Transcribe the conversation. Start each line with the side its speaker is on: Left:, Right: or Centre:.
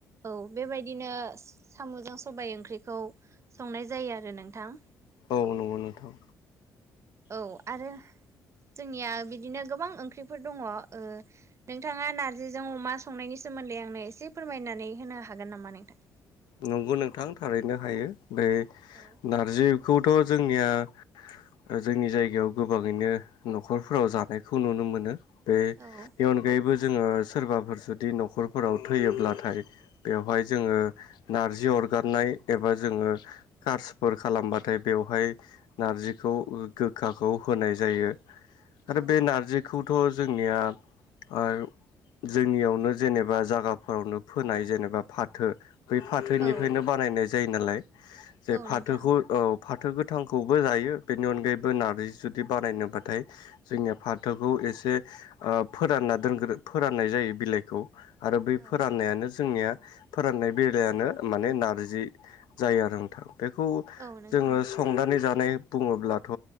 Right: औ बेबायदिनो साम'जों सबाय ओंख्रिखौ संनाय जायो आरो नोंथां।
Left: औ नंगौ नोंथां।
Right: औ आरो जोंनिया बिदिनो गोबां ओंख्रिफोर दङ ओ नोंथाङा नार्जिजों अमा संनायनि सोमोन्दै आंनो एसे फोरमायनानै होनो हागोन नामा नोंथां?
Left: नंगौ नोंथां थारैनो हायो ओमफाय
Right: औ
Left: नारजिखौथ' जोंनिया ओ जोंनि जायगायाव गोबाङैनो न'खरफोराव जानायखौ नुनो मोनो। बे
Right: औ
Left: बेन अनगायैबो जोङो सोरबाफोर जुदि न'खरफोराव थैयोब्लाथाय बेवहाय जोङो नारजि अरगारनाय एबा जोङो कार्सफोर खालामबाथाय बेवहाय नारजिखौ गोखाखौ होनाय जायो
Right: औ
Left: आरो बे नारजि खौथ' जोंनिया आरो जोंनियावनो जेनेबा जागाफोरावनो फोनाय जेनेबा फाथो बै फाथोनिफ्रायनो
Right: औ
Left: बानायनाय जायो नालाय जे
Right: औ
Left: फाथोखौ
Right: नोंथां
Left: औ फाथो गोथांखौबो जायो बेनि अनगायैबो नारजि जुदि बानायनोबाथाय जोंनिया फाथोखौ एसे ओ फोरानना दोनग्रो फोराननाय जायो बिलाइखौ आरो बै
Right: औ
Left: फोराननायानो जोंनिया फोराननाय बेलायानो माने नारजि जायो आरो नोंथां बेखौ
Right: औ नोंथां
Left: जोङो संनानै जानाय बुङोब्लाथ'